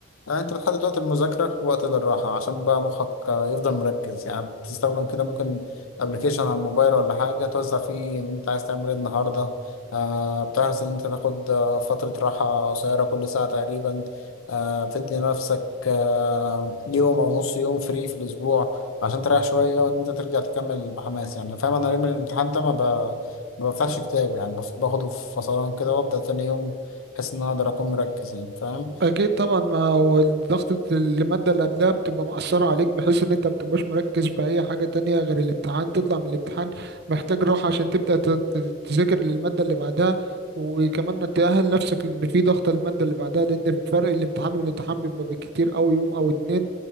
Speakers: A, on the left (about 70°); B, on the right (about 50°).
A: آه، انت بتحدد وقت المذاكره ووقت للراحه عشان بقى مخك آه، يفضل مركز يعني بتستخدم كده ممكن ابلكيشن على الموبايل ولا حاجه توزع فيه ان انت عايز تعمل ايه النهارده آه بتحرص ان انت تاخد آه، فتره راحه قصيره كل ساعه تقريبا آه بتدي نفسك آه يوم او نص يوم فري في الاسبوع عشان تريح شويه وان انت ترجع تكمل بحماس يعني فاهم انا يوم الامتحان ده ما ما بفتحش كتاب يعني بف- باخده في فصلان كده وابدا تاني يوم احس ان انا اقدر اكون مركز يعني فاهم
B: اكيد طبعا ما هو ضغطة المادة اللي قبلها بتبقى مأثرة عليك بحيث ان انت بتبقاش مركز في اي حاجة تانية غير الامتحان تطلع من الامتحان محتاج راحة عشان تبدأ ت- ت- تذاكر للمادة اللي بعدها وكمان تأهل نفسك لان في ضغط المادة اللي بعدها لان فرق الامتحان والامتحان بيبقى بالكتير اوي يوم او اتنين